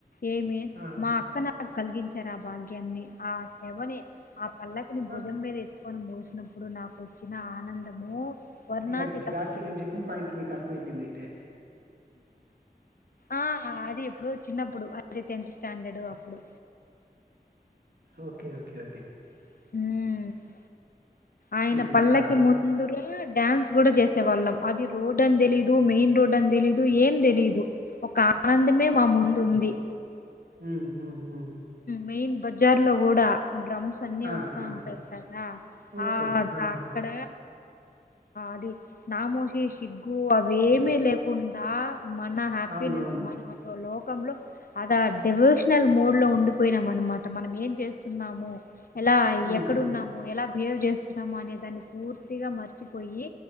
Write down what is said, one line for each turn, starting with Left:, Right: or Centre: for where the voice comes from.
Left: ఏమె
Right: ఆ!
Left: మా అక్క న నకు కలిగించారు ఆ భాగ్యాన్ని ఆ సేవని ఆ పల్లకిని భుజం
Right: ఆ!
Left: మీద కొని మోసినప్పుడు నాకు వచ్చిన ఆనందము వర్ణాతీతం
Right: ఎగ్జాక్ట్లీ నేను చెప్పిన పాయింట్ మీకు అర్థం అయిపోయింది అయితే
Left: ఆ అది ఎప్పుడు చిన్నప్పుడు అదే టెన్త్ స్టాండర్డు అప్పు ప్పుడు
Right: ఓకే ఓకే ఓకే
Left: మ్మ్ ఆయన
Right: చూసినారా?
Left: పల్లకి ముందురా డ్యాన్స్ కూడా జేసే వాళ్ళం అది రోడ్ అని తెలీదు మెయిన్ రోడ్ అని తెలీదు ఏం తెలీదు ఒక ఆనందమే మా ముందు ఉంది
Right: హు హు హూ
Left: మెయిన్ బజ్జార్ లో గూడా డ్రమ్స్ అన్ని
Right: ఆ!
Left: వస్తా
Right: ఆ!
Left: ఉంటారు కదా
Right: ఓకే.
Left: ఆ
Right: ఆ!
Left: అక్కడ అది నాముషి సిగ్గు అవేమీ లేకుండా మన హ్యాపీనెస్
Right: అవునవును.
Left: మన మరో లోకంలో అద డివోషనల్ మోడ్ లో ఉండి పోయినాం అనమాట మనం ఏం చేస్తున్నాము ఎలా
Right: హ్మ్.
Left: ఎక్కడున్నాము
Right: హ్మ్.
Left: ఎలా బిహేవ్ చేస్తున్నాము అనే దాన్ని పూర్తిగా మర్చిపోయి